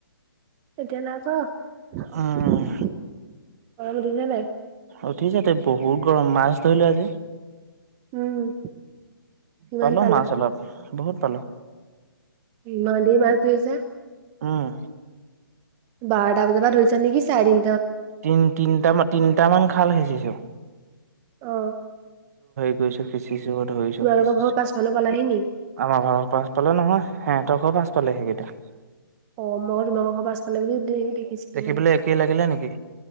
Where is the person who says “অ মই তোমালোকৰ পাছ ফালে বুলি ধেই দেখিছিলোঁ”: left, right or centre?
Right